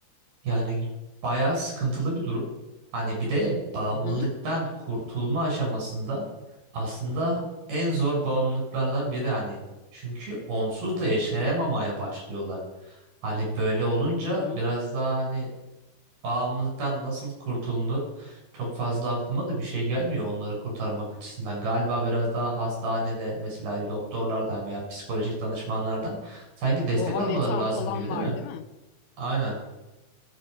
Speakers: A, on the right; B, on the left.
A: Yani bayağı sıkıntılı bir durum. Hani bir de bağımlılıktan
B: Hı hı,
A: kurtulma aşamasında aslında en zor bağımlılıklardan biri hani. Çünkü onsuz da yaşayamamaya başlıyorlar. Hani böyle olunca
B: hı hı.
A: biraz daha hani bağımlılıktan nasıl kurtulunur çok fazla aklıma da bir şey gelmiyor onları kurtarmak açısından. Galiba biraz daha hastanede mesela doktorlardan veya psikolojik danışmanlardan sanki destek
B: Bu
A: almaları
B: ametan
A: lazım
B: falan
A: gibi değil
B: var
A: mi?
B: değil mi?
A: Aynen.